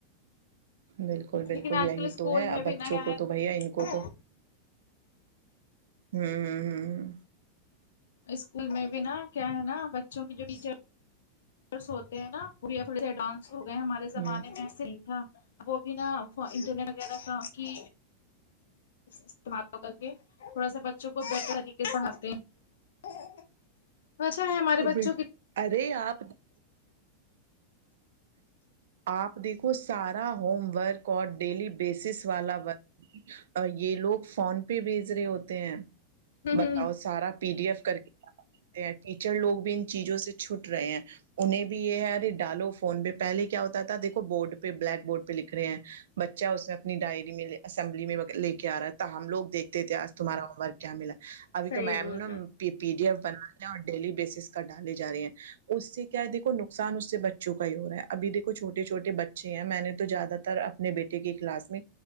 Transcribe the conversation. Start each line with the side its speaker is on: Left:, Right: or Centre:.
Right: بالکل بالکل
Left: لیکن آج
Right: یہی
Left: کل اسکول
Right: تو ہے اب
Left: میں بھی
Right: بچوں
Left: نہ نیا
Right: کو
Left: ہے
Right: تو بھیا ان کو تو ہممممم
Left: اسکول میں بھی نا کیا ہے نا بچوں کی جو ٹیچر ہوتے ہیں نا وہ بھی نہ تھوڑے اڈوانس ہو گئے ہمارے زمانے
Right: ہ ہ ہ
Left: میں ایسا نئی تھا وہ بھی نا انٹرنیٹ وغیرہ کا کہ استعمال کر کے تھوڑا سا بچوں کو بہتر طریقے سے پڑھاتے ہیں تو اچھا ہے ہمارے
Right: ہ
Left: بچوں کی
Right: ارے آپ آپ دیکھو سارا ہوم ورک اور ڈیلی بیسس والا ورک یہ لوگ فون پہ بھیج رہے ہوتے ہیں
Left: ہ
Right: بتاؤ سارا پی ڈی ایف کر کے کرتے ٹیچر لوگ بھی ان چیزوں سے چھوٹ رہے ہیں انہیں بھی یہ ہے اارے ڈالو فون پہ پہلے کیا ہوتا تھا دیکھو بورڈ پہ بلیک بورڈ پہ لکھ رہے ہیں بچہ اس میں اپنی ڈائری میں اسمبلی میں لے کے آ رہا ہے تھا ہم لوگ دیکھتے تھے آج تمہارا ہوم ورک کیا ملا اب
Left: صحیح
Right: تو میم
Left: بول
Right: نا
Left: رہے ہیں
Right: پ پی ڈی ایف بناا اور ڈیلی بیسس کا ڈالی جا رہی ہیں اس سے کیا ہے دیکھو نقصان اس سے بچوں کا ہی ہو رہا ہے ابھی دیکھو چھوٹے چھوٹے بچے ہیں میں نے تو زیادہ تر اپنے بیٹے کی کلاس میں